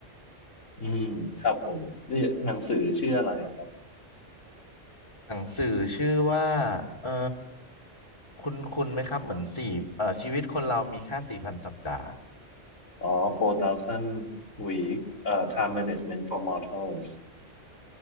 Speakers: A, on the left; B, on the left.
A: อืมครับผมนี่หนังสือชื่ออะไรอะครับ
B: หนังสือชื่อว่าเออคุณคุณไหมครับเหมือนสี่เอ่อชีวิตคนเรามีแค่สี่พันสัปดาห์
A: อ๋อ4,000 week เอ่อ time management for mortals